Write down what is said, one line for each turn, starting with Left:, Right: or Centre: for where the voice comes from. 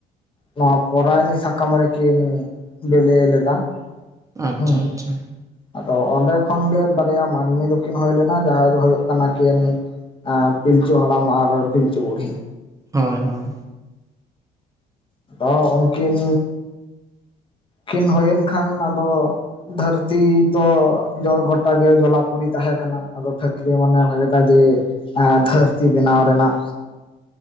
Left: ᱱᱚᱣᱟ ᱯᱚᱨᱟᱭᱱᱤ ᱥᱟᱠᱟᱢ ᱨᱮᱠᱤᱱ ᱵᱤᱞᱤ ᱞᱮᱫᱟ᱾
Right: ᱟᱪᱪᱷᱟ
Left: ᱦᱮᱸ
Right: ᱟᱪᱪᱷᱟ᱾
Left: ᱟᱫᱚ ᱚᱸᱰᱮ ᱠᱷᱚᱱᱜᱮ ᱵᱟᱨᱭᱟ ᱢᱟᱹᱱᱢᱤ ᱫᱚ ᱠᱤᱱ ᱦᱩᱭ ᱞᱮᱱᱟ ᱡᱟᱦᱟᱸᱭ ᱫᱚ ᱦᱩᱭᱩᱜ ᱠᱟᱱᱟ ᱠᱤᱱ ᱯᱤᱞᱪᱩ ᱦᱟᱲᱟᱢ ᱟᱨ ᱯᱤᱞᱪᱩ ᱵᱩᱲᱦᱤ᱾
Right: ᱦᱳᱭ ᱦᱳᱭ᱾
Left: ᱚ ᱩᱱᱠᱤᱱ ᱠᱤᱱ ᱦᱩᱭᱮᱱ ᱠᱷᱟᱱ ᱟᱫᱚ ᱫᱷᱟᱹᱨᱛᱤ ᱛᱚ ᱜᱚᱴᱟᱜᱮ ᱡᱚᱞᱟᱯᱩᱨᱤ ᱛᱟᱦᱮᱸ ᱠᱟᱱᱟ᱾ ᱟᱫᱚ ᱴᱷᱟᱹᱠᱨᱤ ᱢᱚᱱᱮ ᱦᱚ ᱠᱮᱫᱟ ᱡᱮ ᱫᱷᱟᱹᱨᱛᱤ ᱵᱮᱱᱟᱣ ᱨᱮᱱᱟᱜ᱾